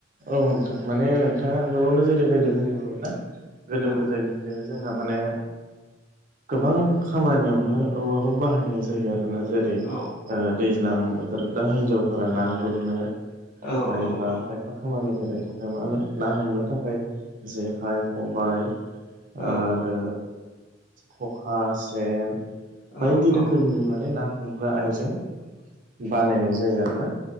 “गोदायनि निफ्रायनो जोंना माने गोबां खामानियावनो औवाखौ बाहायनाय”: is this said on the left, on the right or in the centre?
Right